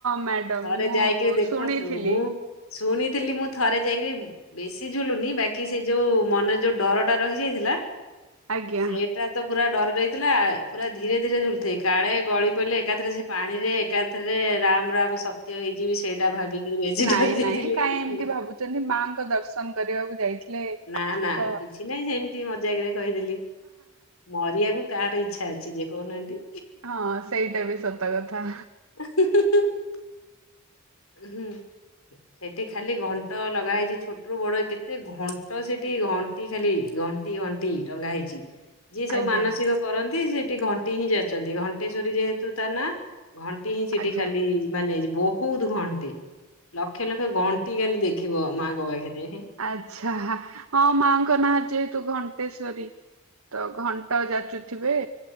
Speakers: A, on the right (about 85°); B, on the left (about 80°).
A: ମ୍ୟାଡାମ
B: ଥରେ
A: ମୁଁ
B: ଯାଇ କିଏ ଦେଖନ୍ତୁ
A: ଶୁଣିଥିଲି।
B: ମୁଁ ଶୁଣିଥିଲି ମୁଁ ଥରେ ଯାଇକିରି ବେଶୀ ଝୁଲୁନି ବାକି ସେ ଯଉଁ ମନ ଯଉ ଡରଟା ରହିଯାଇଥିଲା
A: ଆଜ୍ଞା।
B: ସେଇଟା ତ ପୁରା ଡରି ହେଥିଲା ପୁରା ଧୀରେ ଧୀରେ ଝୁଲୁଥାଏ କାଳେ ଗଳି ପଡ଼ିଲ ଏକାଥରେ ସେ ପାଣି ରେ ଏକାଥରେ ରାମ ରାମ ସତ୍ୟ ହେଇଯିବି ସେ ଟା ଭାବିକିରି ବେଶୀ
A: ନାଇଁ
B: ଡରି ଯାଇଥିଲି,
A: ନାଇଁ କାହିଁ ଏମିତି ଭାବୁଛନ୍ତି ମାଙ୍କ ଦର୍ଶନ କରିବାକୁ ଯାଇଥିଲେ
B: ନା ନା
A: ତ
B: କିଛି ନାଇଁ ସେମିତି ମଜାକରେ କହିଦେଲି ମରିବାକୁ କାହାର ଇ ଛା ଅଛି ଯେ କହୁନାହାନ୍ତି।
A: ହଁ ସେଇଟା ବି ସତ କଥା
B: <unintelligible> ହୁଁ ସେଠି ଖାଲି ଘଣ୍ଟ ଲଗା ହେଇଛି ଛୋଟରୁୁ ବଡ କେତେ ଘଣ୍ଟ ସେଠି ଘଣ୍ଟି ଖାଲି ଘଣ୍ଟି ଘଣ୍ଟି ଟଙ୍ଗା ହେଇଛି। ଯିଏ ସବୁ
A: ଆଜ୍ଞା
B: ମାନସିକ କରନ୍ତି ସେ ଘଣ୍ଟିହିଁ ଯାଚନ୍ତି ଘଣ୍ଟେଶ୍ଵରୀ ଯେହେତୁ ତା ନା ଘଣ୍ଟି ହିଁ ସେଠି
A: ଆଜ୍ଞା।
B: ଖାଲି ମାନେ ବହୁତ ଘଣ୍ଟି ଲକ୍ଷେ ଲକ୍ଷେ ଘଣ୍ଟି କାଲି ଦେଖିବ ମାଙ୍କ ପାଖରେ ହଁ।
A: ଆଛା ହଁ ମାଙ୍କ ନାଁ ଯେ ତୁ ଘଣ୍ଟେଶ୍ଵରୀ ତ ଘଣ୍ଟ ଯାଚୁ ଥିବେ।